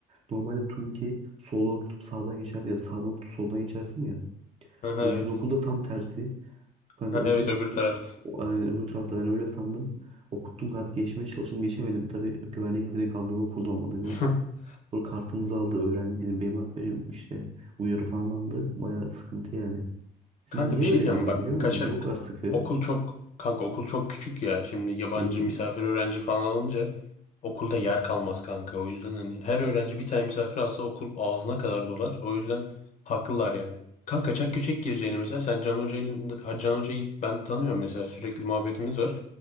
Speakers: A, on the right; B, on the left.
A: Normalde turnikeyi soldan okutup sağdan geçerdi ya da sağdan okutup soldan geçersin ya.
B: Aha
A: Hangisinin
B: evet.
A: okulda tam tersi. Ben
B: Ha,
A: onu
B: evet
A: yaptım.
B: öbür tarafta.
A: O- Yani öbür tarafta ben öyle sandım. Okuttum kartı geçmeye çalıştım geçemedim. Tabii güvenlik direkt anladı okulda olmadığımı.
B: <laughs>
A: Sonra kartımızı aldı öğrenci. Benim, benim arkadaşım işte uyarı falan aldı. Bayağı sıkıntı yani. Siz
B: Kanka
A: niye
B: bir şey
A: öyle
B: diyeceğim
A: kanka
B: bak
A: biliyor musun?
B: kaçak
A: Niye o kadar sıkı?
B: okul çok kanka okul çok küçük ya şimdi yabancı
A: Hı hı.
B: misafir öğrenci falan alınca okulda yer kalmaz kanka o yüzden hani her öğrenci bir tane misafir alsa okul ağzına kadar dolar o yüzden haklılar yani. Kanka kaçak göçek gireceğini mesela sen Can Hoca'yı Ha, Can Hoca'yı ben tanıyorum mesela sürekli muhabbetimiz var.